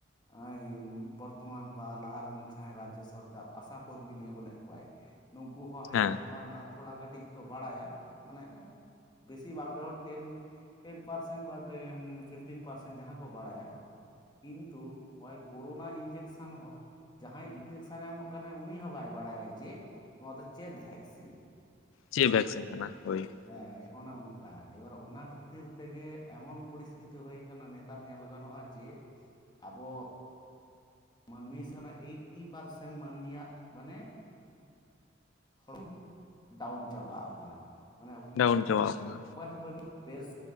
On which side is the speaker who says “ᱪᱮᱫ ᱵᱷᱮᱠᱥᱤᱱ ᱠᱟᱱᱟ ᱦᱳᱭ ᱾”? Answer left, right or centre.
Left